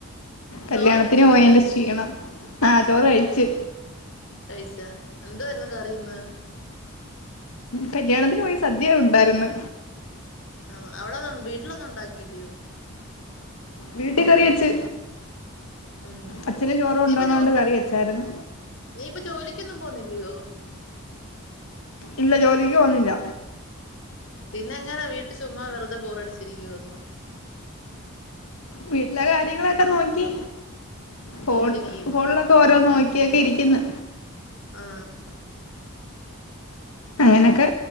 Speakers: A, on the left (about 85°); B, on the left (about 60°).
A: കല്യാണത്തിന്
B: ചോറൊക്കെ കഴിച്ചാ
A: പോയേൻറെ ക്ഷീണം ആഹ് ചോറ് കഴിച്ചു
B: കഴിച്ചാ എന്തുവായിരുന്നു കറി ഇന്ന്
A: കല്യാണത്തിന് പോയി സദ്യ ഉണ്ടായിര്ന്ന്
B: ആ അവിടെ വീട്ടിലൊന്നും ഉണ്ടാക്കിലയോ
A: വീട്ടി കറി വെച്ച്
B: ഉം
A: അച്ഛന് ചോറ് കൊണ്ടോണോണ്ട്
B: നീ ഇപ്പൊ ജോ
A: കറി വെച്ചായിരുന്നു
B: നീ ഇപ്പ ജോലിക്കൊന്നും പൊന്നില്ലയോ
A: ഇല്ല ജോലിക്ക് പോന്നില്ല
B: പിന്നെ എങ്ങനാ വീട്ടു ചുമ്മാ വെറുതെ ബോറടിച്ചിരിക്കുവാരുന്നാ
A: വീട്ടിലെ കാര്യങ്ങളൊക്കെ നോക്കി ഫോൺ
B: ഇങ്ങനെ ഇരിക്കുന്ന്
A: ഫോണിലൊക്കെ ഓരോന്ന് നോ ക്കെ ഇരിക്കുന്നു
B: ആഹ്
A: എനക്ക്